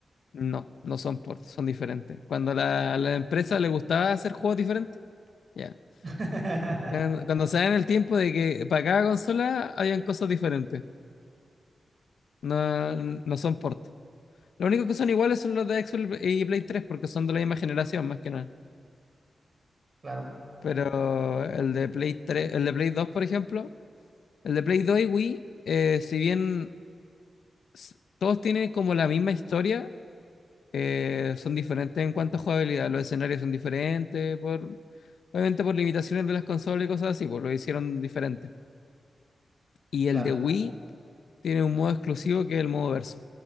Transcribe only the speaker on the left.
No, no son ports, son diferentes. Cuando a la, a la empresa le gustaba hacer juegos diferentes, ya.
Cuando cuando se da en el tiempo de que para cada consola hayan cosas diferentes. No, no son ports. Lo único que son iguales son los de Xbox y Play 3 porque son de la misma generación, más que nada.
Pero el de Play 3, el de Play 2, por ejemplo, el de Play 2 y Wii, eh, si bien s- todos tienen como la misma historia, eh, son diferentes en cuanto a jugabilidad. Los escenarios son diferentes, por, obviamente por limitaciones de las consolas y cosas así, pues lo hicieron diferente. Y
el de Wii tiene un modo exclusivo que es el modo verso.